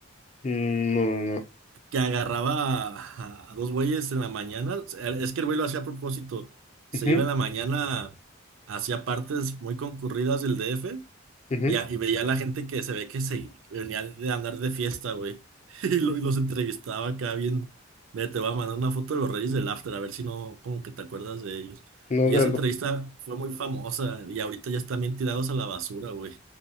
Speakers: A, on the left (about 35°); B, on the right (about 70°).
A: Mm, No, no, no.
B: Que agarraba a, a dos güeyes en la mañana. Es que el güey lo hacía a propósito. Se
A: Ujú,
B: iba en la mañana, hacia partes muy concurridas del DF
A: ujú.
B: y, a- y veía a la gente que se ve que se venía de andar de fiesta, güey. <laughs> Y, lo- y los entrevistaba acá bien. Mira, te voy a mandar una foto de los Reyes del After, a ver si no, como que te acuerdas de ellos.
A: ¿Dónde,
B: Y esa
A: no?
B: entrevista fue muy famosa y ahorita ya están bien tirados a la basura, güey.